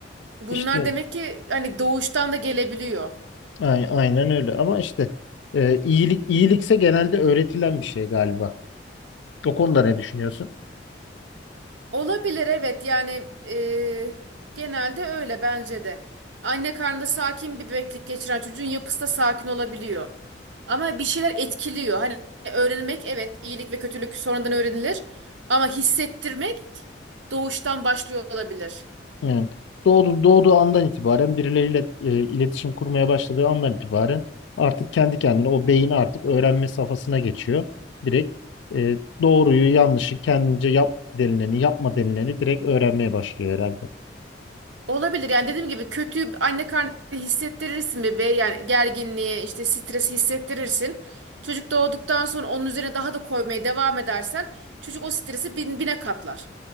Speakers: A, on the right; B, on the left.
A: Bunlar
B: İşte
A: demek ki hani doğuştan da gelebiliyor.
B: Ay- Aynen öyle ama işte e, iyilik iyilikse genelde öğretilen bir şey galiba. O konuda ne düşünüyorsun?
A: Olabilir evet yani e, genelde öyle bence de. Anne karnında sakin bir bebeklik geçiren çocuğun yapısı da sakin olabiliyor. Ama bir şeyler etkiliyor. Hani öğrenmek evet iyilik ve kötülük sonradan öğrenilir. Ama hissettirmek doğuştan başlıyor olabilir.
B: Yani doğdu doğduğu andan itibaren birileriyle e, iletişim kurmaya başladığı andan itibaren artık kendi kendine o beyin artık öğrenme safhasına geçiyor. Direkt e, doğruyu yanlışı kendince yap denileni yapma denileni direkt öğrenmeye başlıyor herhalde.
A: Olabilir yani dediğim gibi kötü anne karnı hissettirirsin bebeğe yani gerginliği işte stres hissettirirsin. Çocuk doğduktan sonra onun üzerine daha da koymaya devam edersen çocuk o stresi bin, bine katlar.